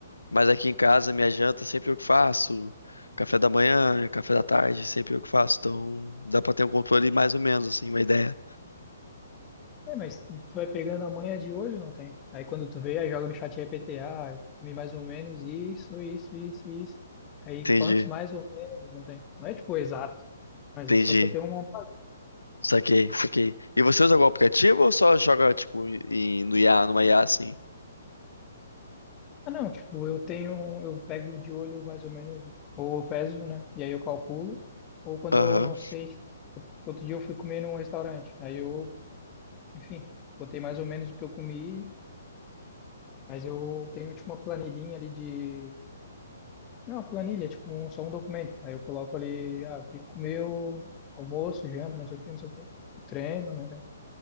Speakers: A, on the left (about 85°); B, on the left (about 25°).
A: Mas aqui em casa, minha janta sempre eu que faço. Café da manhã, café da tarde, sempre eu que faço. Então dá pra ter um controle mais ou menos, assim, uma ideia.
B: É, mas tu vai pegando a manha de olho, não tem? Aí quando tu vê, aí joga no chat GPT, ah, eu comi mais ou menos isso, isso, isso, isso. Aí
A: Entendi,
B: quantos mais ou menos, não tem? Não é tipo exato, mas
A: entendi.
B: é só pra ter uma...
A: Saquei, saquei. E você usa algum aplicativo ou só joga, tipo, em, no IA, numa IA assim?
B: Ah, não, tipo, eu tenho, eu pego de olho mais ou menos, ou eu peso, né? E aí eu calculo. Ou quando
A: Aham.
B: eu não sei, tipo, outro dia eu fui comer num restaurante, aí eu, enfim, botei mais ou menos o que eu comi, mas eu tenho tipo uma planilhinha ali de Não, uma planilha, tipo, um- só um documento. Aí eu coloco ali, ah, o que comeu, almoço, janta, não sei o que, não sei o que. Treino, não tem.